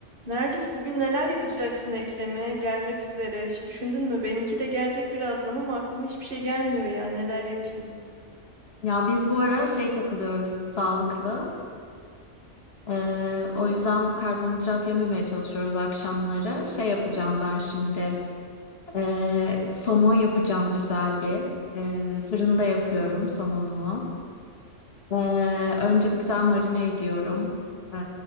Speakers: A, on the right; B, on the left.
A: Nergis bugün neler yapacaksın Ekrem'e? Gelmek üzere. Hiç düşündün mü? Benimki de gelecek birazdan ama aklıma hiçbir şey gelmiyor ya. Neler yapayım?
B: Ya biz bu ara şey takılıyoruz sağlıklı. Ee, o yüzden karbonhidrat yememeye çalışıyoruz akşamları. Şey yapacağım ben şimdi. Ee, somon yapacağım güzel bir. Ee, fırında yapıyorum somonumu. Ee, önce bir güzel marine ediyorum. Ee,